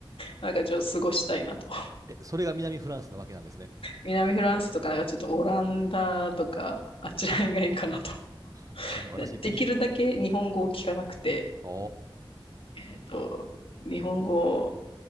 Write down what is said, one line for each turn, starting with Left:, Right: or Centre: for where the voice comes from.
Left: なんかちょっと過ごしたいなと。
Right: え、それが南フランスなわけなんですね。
Left: 南フランスとかなんかちょっとオランダとか、あっちらへんがいいかなと。<laughs>
Right: <laughs> そうね、私、
Left: できるだけ日本語を聞かなくて、
Right: い、お
Left: えっと、
Right: ー。
Left: 日本語